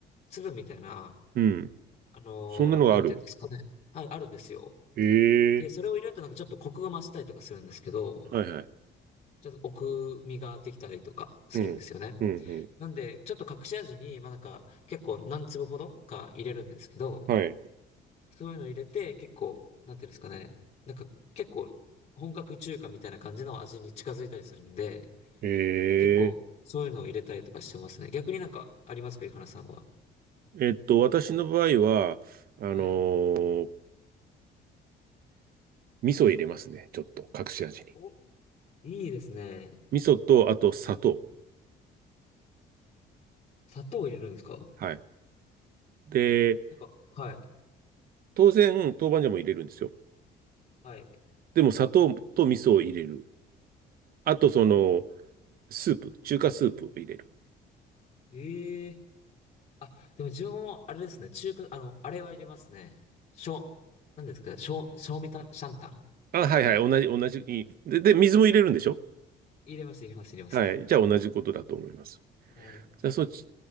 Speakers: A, on the left (about 40°); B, on the right (about 60°).
A: 粒みたいな、
B: うん。
A: あのーなんていうんですかね。
B: そんなのがある。
A: あ、あるんですよ。
B: ええ
A: で、それを入れるとなんかちょっとコクが増したりとかするんですけど、
B: はいはい。
A: ちょっと奥みができたりとかするんですよね。
B: うん。うん
A: なんで、ちょっと隠し味に、まあなんか、結構何粒ほどか入れるんですけど、
B: うん。はい。
A: そういうの入れて、結構、なんていうんですかね、なんか結構、本格中華みたいな感じの味に近づいたりするんで、
B: ええ
A: 結構、そういうのを入れたりとかしてますね。逆になんかありますか、井原さんは。
B: えっと、私の場合は、あのー
A: はい。
B: 味噌入れますね。ちょっと、隠し味に。
A: お、いいですね。
B: 味噌と、あと砂糖。
A: 砂糖入れるんですか
B: はい。で、
A: なんか、はい。
B: 当然、豆板醤も入れるんですよ。
A: はい。
B: でも、砂糖と味噌を入れる。あと、その、スープ、中華スープを入れる。
A: ええあ、でも自分もあれですね。中華、あの、あれは入れますね。しょ、なんですかしょ、しょうみた、シャンタン。
B: あ、はいはい、同じ、同じ。で、で、水も入れるんでしょ
A: 入れます、入れます、入れます。
B: はい。じゃあ同じことだと思います。
A: はい。
B: じゃあそのち、